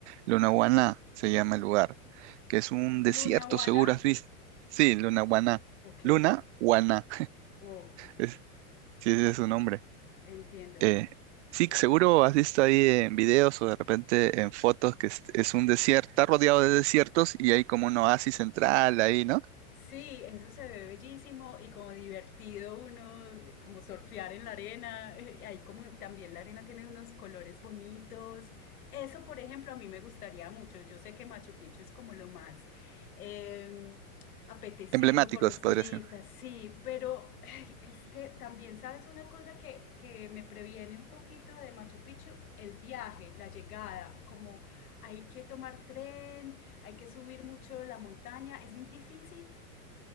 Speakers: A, on the right; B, on the left.
A: Lunahuaná se llama el lugar, que es un desierto,
B: Lunawana,
A: seguro has visto. Sí, Lunahuaná.
B: ok,
A: Luna, Guaná.
B: wow,
A: <laughs> Sí, ese es su nombre.
B: entiendo.
A: Eh, sí, seguro has visto ahí en videos o de repente en fotos que es, es un desierto, está rodeado de desiertos y hay como un oasis central ahí, ¿no?
B: Sí, eso se ve bellísimo y como divertido uno, como surfear en la arena. eh, Ahí como también la arena tiene unos colores bonitos. Eso, por ejemplo, a mí me gustaría mucho. Yo sé que Machu Picchu es como lo más eh, apetecido
A: Emblemáticos,
B: por los turistas,
A: podría ser.
B: sí, pero ay, es que también sabes una cosa que, que me previene un poquito de Machu Picchu, el viaje, la llegada, como hay que tomar tren, hay que subir mucho la montaña, es muy difícil